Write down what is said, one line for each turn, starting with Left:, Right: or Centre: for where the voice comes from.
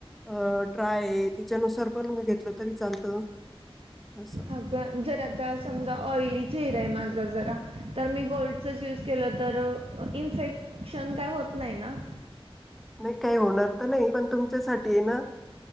Centre: <unintelligible> ट्राय तिच्यानुसार पण घेतलं तरी चालत असो.
Right: ह जर आता समजा ऑयली चेहरा आहे माझा जरा तर मी गोल्डचाच यूज केलं तर इन्फेक्शन काही होत नाही ना?
Centre: नाही काही होणार तर नाही पण तुमच्यासाठीना